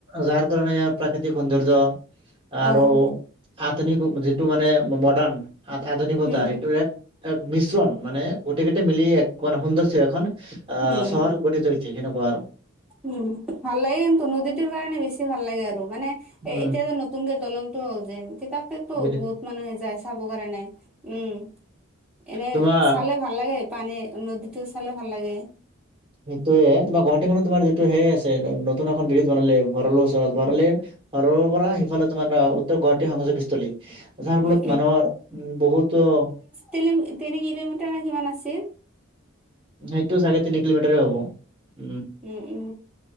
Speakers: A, on the right (about 25°); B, in the centre.
A: যাৰ কাৰণে ইয়াৰ প্ৰাকৃতিক সৌন্দৰ্য আৰু-
B: উম
A: আধুনিক যিটো মানে মডাৰ্ণ আধুনিকতা
B: উম
A: সেইটো
B: হুম
A: এক- এক মিশ্ৰণ মানে, গোটেইকেইটা মিলি এক মান সৌন্দৰ্য্য এখন আ
B: উম
A: চহৰ- প্ৰতিস্থা হৈছে সেনেকুৱা আৰু।
B: উম' ভাল লাগে কিন্তু, নদীটোৰ কাৰণে বেছি ভাল লাগে আৰু মানে-
A: উম
B: এ এতিয়া যে নতুনকে দলংটো হ'ল যে, তাতেতো
A: বুজি
B: বহুত মানুহে যায় চাবৰ কাৰণে। উম' এনে
A: তোমাৰ
B: চালে ভাল লাগে পানী নদীটো চালে ভাল লাগে।
A: সেইটোৱে তোমাৰ গুৱাহাটীখনত তোমাৰ যিটো সে আছে নতুন এখন বিৰিজ বনালে ভৰলুৰ ওচৰত ভৰালিৰ- পাৰৰ পৰা সিফালে তোমাৰ উত্তৰ গুৱাহাটী সংযোগীস্থলী। যাৰ ফলত
B: উম
A: মানুহৰ বহুতো-
B: তিলিং তিনি কিলোমিটাৰ নে কিমান আছিল?
A: সেইটো চাৰে তিনি কিলোমিটাৰে হ'ব। উম'
B: উম উম